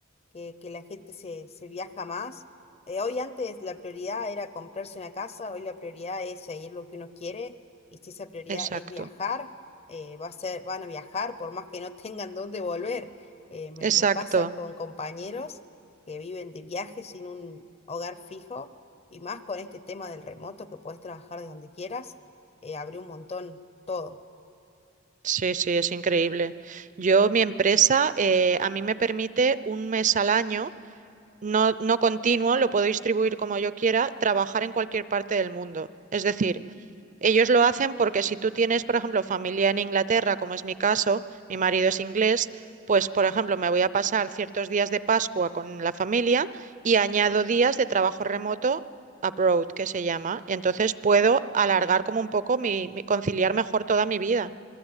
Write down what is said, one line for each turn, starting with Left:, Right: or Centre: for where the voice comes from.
Left: que, que la gente se, se viaja más. Eh, hoy antes la prioridad era comprarse una casa, hoy la prioridad es seguir lo que uno quiere, y si esa prioridad
Right: Exacto,
Left: es viajar, eh, va a ser, van a viajar por más que no <laughs> tengan dónde volver. Eh, me,
Right: exacto.
Left: me pasa con compañeros que viven de viaje sin un hogar fijo, y más con este tema del remoto, que podés trabajar de donde quieras, eh, abrió un montón todo.
Right: Sí, sí, es increíble. Yo, mi empresa, eh, a mí me permite un mes al año, no, no continuo, lo puedo distribuir como yo quiera, trabajar en cualquier parte del mundo. Es decir, ellos lo hacen porque si tú tienes, por ejemplo, familia en Inglaterra, como es mi caso, mi marido es inglés, pues, por ejemplo, me voy a pasar ciertos días de Pascua con la familia y añado días de trabajo remoto abroad, que se llama. Y entonces puedo alargar como un poco mi, mi- conciliar mejor toda mi vida.